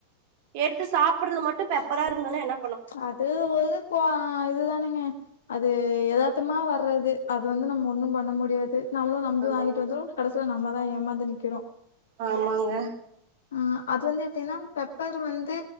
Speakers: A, on the right; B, on the left.
A: எடுத்து சாப்பட்றது மட்டு பெப்பரா இருங்ளே ஏனா
B: அது ஒரு கோ இதுதானேங்க அது எதாத்தமா வர்றது அது வந்து நம்ம ஒண்ணு பண்ண முடியாது நம்ளு நம்பி
A: ஆமாங்க
B: வாங்கிட்டு வந்து கடைசில நம்மதா ஏமாந்து நிக்கிறோ
A: ஆமாங்க
B: ஆ அது வந்து எப்பின்னா பெப்பர் வந்து